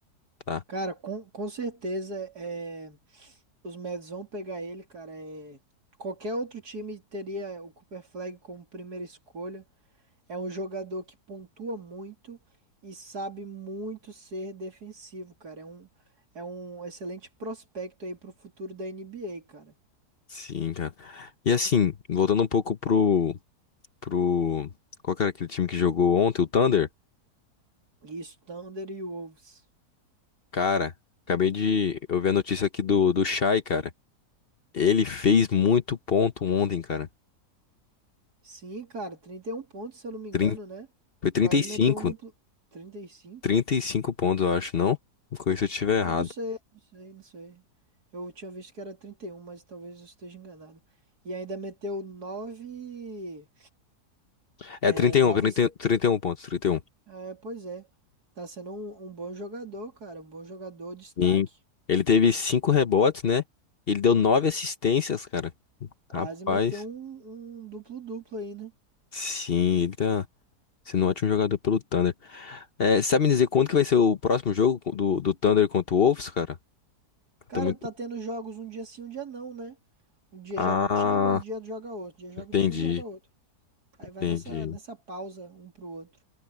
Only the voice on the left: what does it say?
tá?
Sim, cara. E assim, voltando um pouco pro, pro... Qual que era aquele time que jogou ontem? O Thunder?
Cara, acabei de... Eu vi a notícia aqui do, do Shai, cara. Ele fez muito ponto ontem, cara.
Trin...
Foi trinta
trinta e cinco,
trinta e cinco pontos, eu acho, não? Me corrija se eu estiver
errado.
É
trinta e
um, trinta trinta e um pontos, 30 E um.
Sim. ele teve 5 rebotes, né? Ele deu 9 assistências, cara.
Rapaz.
Sim, ele tá. Sendo um ótimo jogador pelo Thunder. É, sabe me dizer quando que vai ser o próximo jogo do, do Thunder contra o Wolves, cara?
Tá muito...
Ah,
entendi,
entendi,